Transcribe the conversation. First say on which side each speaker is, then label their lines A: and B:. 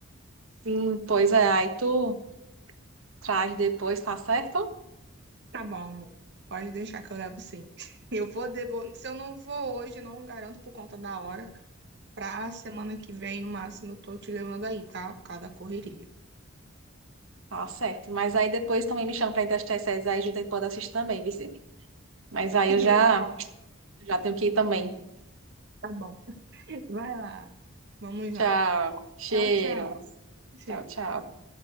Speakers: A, on the right (about 85°); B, on the right (about 60°).
A: Sim, pois é. Aí tu traz depois, tá certo?
B: Tá bom, amor. Pode deixar que eu levo sim. <laughs> Eu vou devo Se eu não vou hoje, não garanto por conta da hora. Pra semana que vem, no máximo, eu tô te levando aí, tá? Por causa da correria.
A: Tá certo. Mas aí depois também me chama pra ir testar essas aí, junto pode assistir também, Vicente. Mas aí
B: <laughs>
A: eu já,
B: Tá bom,
A: já tenho que ir também.
B: tá bom. Vai lá. Vamos
A: Tchau.
B: lá.
A: Cheiro.
B: Tchau, tchau. Tchau.
A: Tchau, tchau.